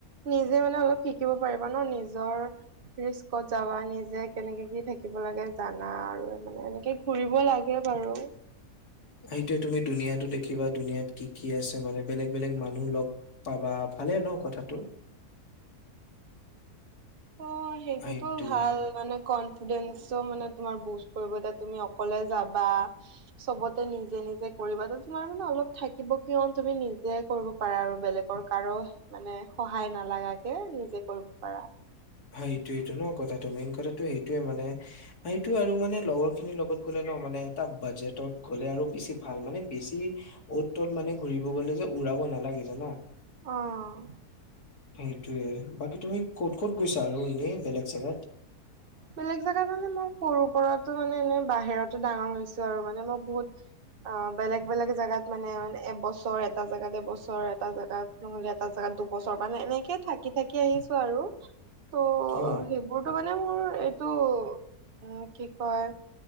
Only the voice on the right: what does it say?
নিজে মানে অলপ শিকিব পাৰিবা ন নিজৰ ৰিস্কত যাবা, নিজে কেনেকে কি থাকিব লাগে জানা আৰু মানে এনেকে ঘুৰিব লাগে বাৰু
অ সেইটোতো
ভাল মানে কন ফিডেন্সটো মানে তোমাৰ বুষ্ট কৰিব তাত তুমি অকলে যাবা চবতে নিজে-নিজে কৰিবা, তোমাৰ মানে অলপ থাকিব কিয় তুমি নিজে কৰিব পাৰা আৰু বেলেগৰ কাৰো মানে সহায় নালাগাকে নিজে কৰিব পাৰা।
অ'
বেলেগ জেগাত মানে মই সৰুৰ পৰাতো মানে এনেই বাহিৰতে ডাঙৰ হৈছো আৰু মানে মই বহুত অ বেলেগ-বেলেগ জেগাত মানে-মানে এবছৰ এটা জেগাত এবছৰ, এটা জেগাত নহ'লে এটা জেগাত দুবছৰ মানে এনেকে থা থাকি-থাকি আহিছো আৰু
ত'
সেইবোৰতো মানে মোৰ এইটো উম কি কয়